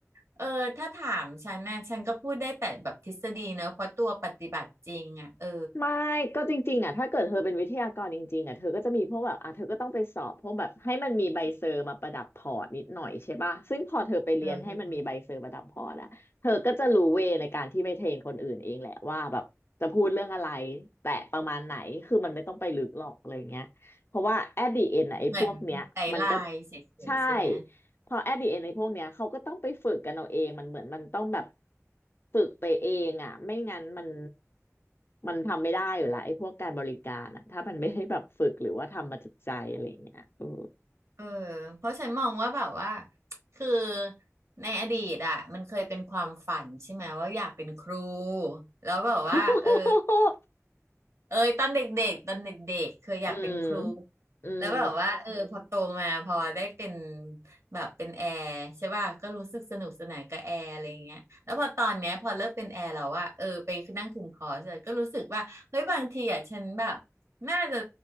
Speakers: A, on the right (about 60°); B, on the left (about 45°).
A: เออถ้าถามฉันนะฉันก็พูดได้แต่แบบทฤษฎีเนอะเพราะตัวปฏิบัติจริงอ่ะเออ
B: ไม่ก็จริงๆอ่ะถ้าเกิดเธอเป็นวิทยากรจริงๆอ่ะเธอก็จะมีพวกแบบอ่ะเธอก็ต้องไปสอบพวกแบบให้มันมีใบเซอร์มาประดับพอร์ตนิดหน่อยใช่ป่ะซึ่งพอเธอไปเรียนให้มันมีใบเซอร์ประดับพอร์ตอะเธอก็จะรู้เวในการที่ไปเทรนคนอื่นเองแหละว่าแบบจะพูดเรื่องอะไร
A: เออ
B: แต่ประมาณไหนคือมันไม่ต้องไปลึกหรอกอะไรเงี้ยเพราะว่า at the end
A: เหมือนไกด์ไลน์เฉยๆใช่ไหม
B: อะไอ้พวกเนี้ยมันก็ใช่ พอแอดดิเอในพวกเนี้ยเขาก็ต้องไปฝึกกันเอาเองมันเหมือนมันต้องแบบฝึกไปเองอ่ะไม่งั้นมันมันทำไม่ได้อยู่ละไอ้พวกการบริการอ่ะถ้ามันไม่ได้แบบฝึกหรือว่าทำมาจากใจอะไรอย่างเงี้ยเออ
A: เออเพราะฉันมองว่าแบบว่า <tsk> คือในอดีตอ่ะมันเคยเป็นความฝันใช่ไหมว่าอยากเป็นครูแล้วแบบว่าเออ
B: <laughs>
A: เอ้ยตอนเด็กๆตอนเด็กๆเคยอยากเป็นครู
B: อืมอืม
A: แล้วแบบว่าเออพอโตมาพอได้เป็นแบบเป็นแอร์ใช่ป่ะก็รู้สึกสนุกสนานกับแอร์อะไรอย่างเงี้ยแล้วพอตอนเนี้ยพอเลิกเป็นแอร์แล้วว่าเออไปนั่งคุมคอร์สอะก็รู้สึกว่าเฮ้ยบางทีอะฉันแบบน่าจะ